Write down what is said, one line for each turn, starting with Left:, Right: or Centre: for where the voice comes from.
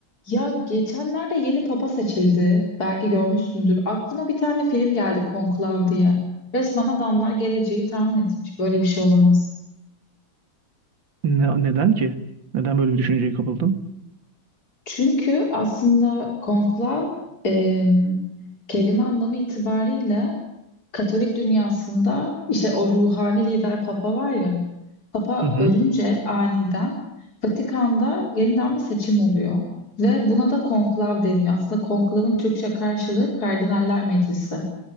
Left: Ya geçenlerde yeni papa seçildi. Belki görmüşsündür. Aklıma bir tane film geldi Konklav diye. Resmen adamlar geleceği tahmin etmiş. Böyle bir şey olamaz.
Right: Ne- neden ki? Neden böyle bir düşünceye kapıldın?
Left: Çünkü aslında Konklav em, kelime anlamı itibariyle Katolik dünyasında işte o ruhani lider papa var ya. Papa
Right: Hı hı.
Left: ölünce aniden Vatikan'da yeniden bir seçim oluyor. Ve buna da konklav deniyor. Aslında konklavın Türkçe karşılığı Kardinaller Meclisi.